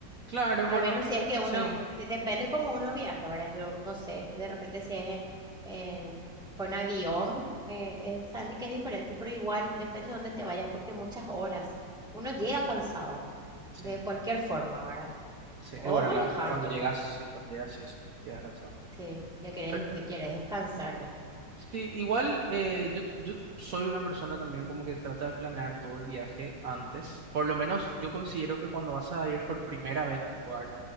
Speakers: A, on the right (about 55°); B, in the centre.
A: claro,
B: Al
A: bueno,
B: menos si es que uno,
A: sí,
B: si depende cómo uno viaje, ¿verdad? Yo no sé, de repente si es eh, con avión, eh, es, Sandy, que es diferente, pero igual depende de dónde te vayas, porque muchas horas uno llega
A: ujú,
B: cansado,
A: sí.
B: de cualquier forma, ¿verdad?
A: Sí,
B: O
A: eh, bueno,
B: manejando,
A: en la- cuando llegas, sí, cuando llegas, sí, sí, llegas cansado.
B: sí, ya querés,
A: Pero,
B: te quieres descansar ya,
A: sí, igual eh, yo, yo soy una persona también como que trata de planear todo el viaje antes. Por lo menos yo considero que cuando vas a ir por primera vez a un lugar,